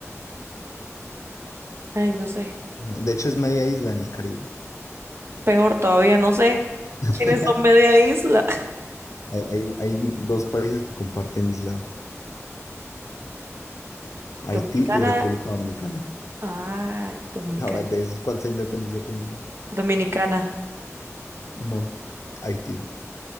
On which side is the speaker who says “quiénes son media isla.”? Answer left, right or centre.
Right